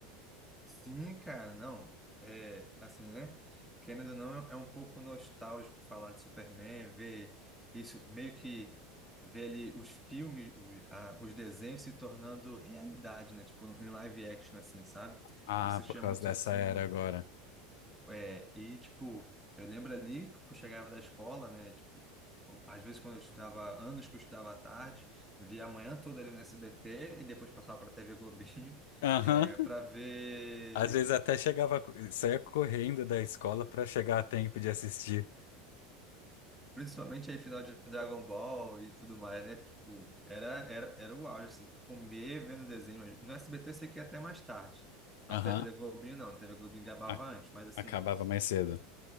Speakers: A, in the centre; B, on the left.
A: Sim, cara, não. É assim, né? Querendo ou não, é um pouco nostálgico falar de Superman, ver isso, meio que ver ali os filmes, os, ah, os desenhos se tornando realidade, né? Tipo, em live action, assim, sabe?
B: Ah,
A: Assistia
B: por causa
A: muito
B: dessa
A: assim.
B: era agora.
A: É, e, tipo, eu lembro ali que eu chegava da escola, né? Tipo, às vezes quando eu estudava, anos que eu estudava à tarde, via a manhã toda ali no SBT e depois passava para a TV Globinho, <laughs>
B: Aham.
A: é, para ver
B: Às vezes até chegava, saía correndo da escola pra chegar a tempo de assistir.
A: principalmente aí final de Dragon Ball e tudo mais, né? Tipo, era, era, era o auge, assim, comer vendo desenho. No SBT eu sei que ia até mais tarde. A
B: Aham.
A: TV Globinho não, a TV Globinho gabava
B: A-
A: antes, mas assim,
B: Acabava mais cedo.